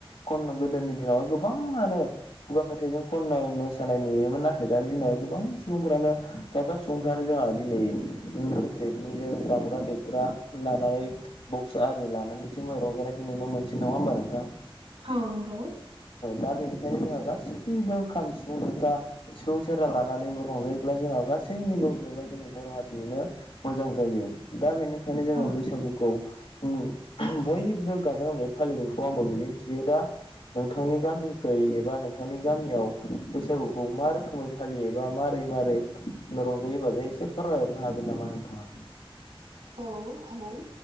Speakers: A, on the left (about 70°); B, on the right (about 80°).
A: खननो गोदोनि दिनावहाय गोबाङानो खुगा मेथाइजों खननाय मोसानाय नुयोमोन नाथाय दानि गोबां सुबुंफ्रानो खायफा सुबुंफ्रानो जोंहा दिनै खेसेनिजों दामग्रा देग्रा लानानै बक्स आरि लानानैसो रंजानायखौ नुनो मोनसै नङा होमबा नोंथां
B: औ नंगौ
A: दा बेनिखायनो जोंहा गासैबो खाम सिफुं जथा सिफुं सेरजा लानानैबो रंजायोब्ला जोंहा गासैबो गासैनिबो एबा जोंनि बर' हारिनिनो मोजां जायो दा बेनिखायनो जोङो
B: औ
A: बैसागुखौ उम बयबो गाजा गोमजायै फालिगोनखौ आंबो मिजिंथियो दा नोंथांनि गामिखै एबा नोंथांनि गामियाव बैसागुखौ मा रोखोमै फालियोबा मारै मारै रंजायो बाजायो एसे फोरमायहरनो हागोन नामा नोंथाङा
B: औ हागोन